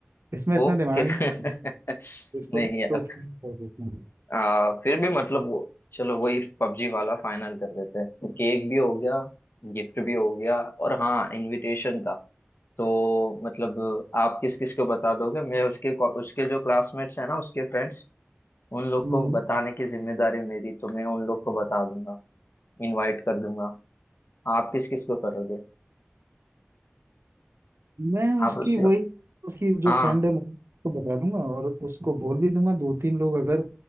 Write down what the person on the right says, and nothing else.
इसमें इतना
दिमाग नहीं मारना
इसको
तो
फाइनल कर देते हैं
हम्म,
मैं
उसकी
वही उसकी जो
फ्रेंड है मैं उसको बता दूंगा और उसको बोल भी दूंगा दो तीन लोग अगर